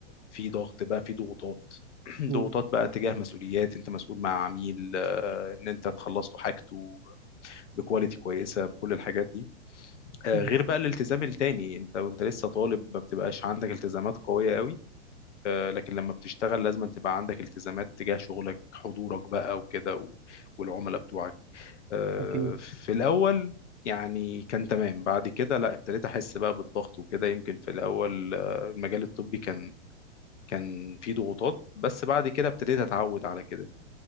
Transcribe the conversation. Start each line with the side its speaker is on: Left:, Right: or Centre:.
Left: في ضغط بقى في ضغوطات <clears throat>
Right: مم،
Left: ضغوطات بقى تجاه مسؤوليات انت مسؤول مع عميل آه، ان انت تخلص له حاجته بكواليتي كويسه بكل الحاجات دي آه،
Right: مم،
Left: غير بقى الالتزام التاني انت وانت لسه طالب ما بتبقاش عندك التزامات قويه قوي آه، لكن لما بتشتغل لازم أن تبقى عندك التزامات تجاه شغلك حضورك بقى وكده و- والعملاء بتوعك آه،
Right: اكيد
Left: في الاول يعني كان تمام بعد كده لا ابتديت احس بقى بالضغط وكده يمكن في الاول آه، المجال الطبي كان كان فيه ضغوطات بس بعد كده ابتديت اتعود على كده